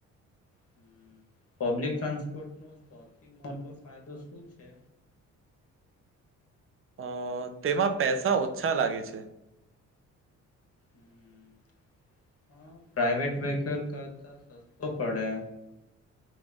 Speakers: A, on the left; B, on the right.
A: હમ, પબ્લિક ટ્રાન્સપોર્ટનો સૌથી મોટો ફાયદો શું છે?
B: અ તેમાં પેસા ઓછા લાગે છે.
A: હ, હા પ્રાઈવેટ વેહિકલ કરતા સસ્તો પડે.